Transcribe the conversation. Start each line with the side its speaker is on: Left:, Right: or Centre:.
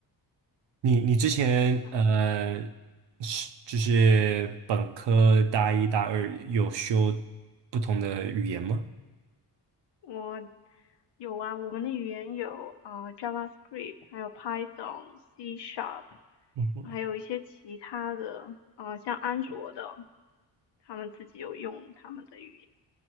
Right: 你你之前呃
Left: 嗯，
Right: 是就是本科大一大二有修不同的语言吗？
Left: 我有啊，我们的语言有呃 JavaScript，还有 Python、C Sharp，
Right: 嗯哼，
Left: 还有一些其他的，嗯、像安卓的，他们自己有用他们的语言，